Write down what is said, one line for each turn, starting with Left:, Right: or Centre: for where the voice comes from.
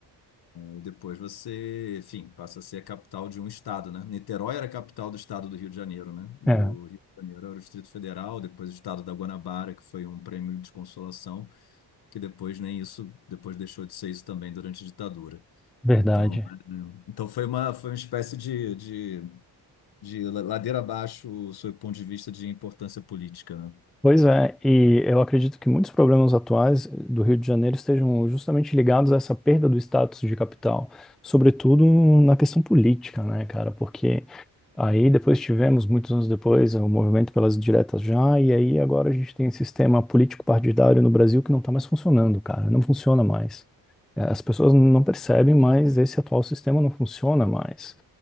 Left: e depois você, enfim, passa a ser a capital de um estado, né? Niterói era a capital do estado do Rio de Janeiro, né? E
Centre: É,
Left: o Rio de Janeiro era o Distrito Federal, depois o estado da Guanabara, que foi um prêmio de consolação que depois nem isso, depois deixou de ser isso também durante a ditadura.
Centre: verdade.
Left: Então, eh, então foi uma, foi uma espécie de, de, de ladeira abaixo, sob o ponto de vista de importância política, né?
Centre: Pois é, e eu acredito que muitos problemas atuais do Rio de Janeiro estejam justamente ligados a essa perda do status de capital, sobretudo na questão política, né, cara? Porque Aí depois tivemos, muitos anos depois, o movimento pelas diretas já, e aí agora a gente tem um sistema político-partidário no Brasil que não está mais funcionando, cara, não funciona mais. Eh, As pessoas não percebem, mas esse atual sistema não funciona mais.